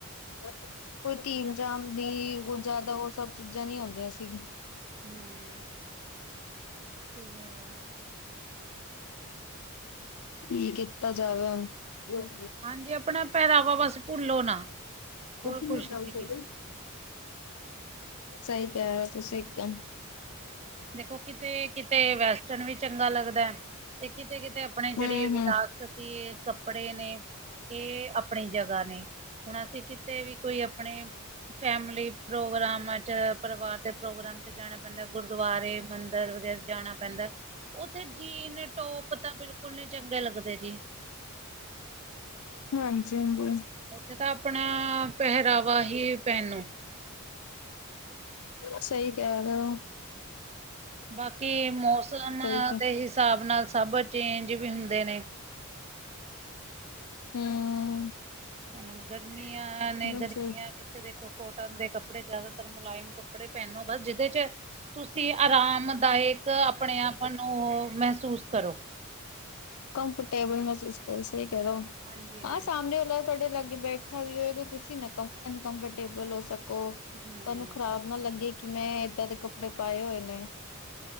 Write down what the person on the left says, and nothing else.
ਕੋਈ ਧੀਮ ਜਾਂਦੀ ਕੋਈ ਜਿਆਦਾ ਉਹ ਸਭ ਚੀਜ਼ਾਂ ਨੀ ਆਉਂਦੀਆਂ ਸੀ।
ਕੀ ਕੀਤਾ ਜਾਵੇ ਹੁਣ
ਜੱਸੀ
ਨਾਲ ਗੱਲ
ਹੋ ਗਈ। ਸਹੀ ਕਿਹ ਰਏ ਔ ਤੁਸੀ ਇੱਕਦਮ
ਹਮ
ਹਮ
ਹਾਂਜੀ ਹਾਂਜੀ।
ਸਹੀ ਕਹਿ ਰਹੇ ਔ।
ਕਹਿ
ਹਮ।
ਇੱਕਦਮ
ਸਹੀ
ਕੰਫਟੇਬਲ ਮਹਿਸੂਸ ਕਰੋ ਸਹੀ ਕਰੋ ਔ,
ਅ ਸਾਹਮਣੇ ਤੁਹਾਡੇ ਲਾਗੇ ਬੈ ਖਾ ਵੀ ਹੋਏ ਤੇ ਤੁਸੀਂ ਨਾ ਅਨਕੰਫਰਟੇਬਲ ਹੋ ਸਕੋ ਤੁਹਾਨੂੰ
ਖ਼ਰਾਬ ਨਾ ਲੱਗੇ ਕਿ ਮੈਂ ਏਦਾਂ ਦੇ ਕੱਪੜੇ ਪਾਏ ਹੋਏ ਨੇ